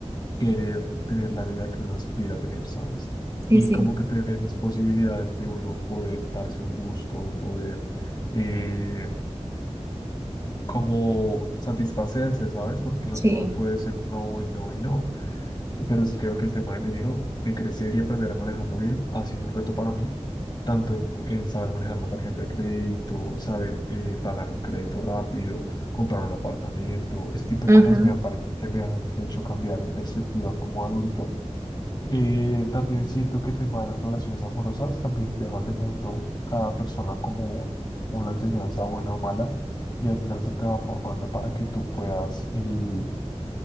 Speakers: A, on the left; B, on the right.
A: querer tener la vida que uno aspira a tener, ¿sabes?
B: Sí,
A: Y
B: sí,
A: como que tener las posibilidades de uno poder darse un gusto, de poder eh, como satisfacerse, ¿sabes? Porque no
B: sí.
A: todo puede ser no y no y no. Eh, Pero sí creo que el tema del dinero, de crecer y aprender a manejarlo bien, ha sido un reto para mí, tanto en, en saber manejar una tarjeta de crédito, saber eh, pagar un crédito rápido, comprar un apartamento, ese tipo
B: ujú,
A: de cosas me han parecido que me han hecho cambiar mi perspectiva como adulto eh, también siento que temas de las relaciones amorosas también te van dejando cada persona como una enseñanza buena o mala y al final eso te va formando para que tú puedas eh,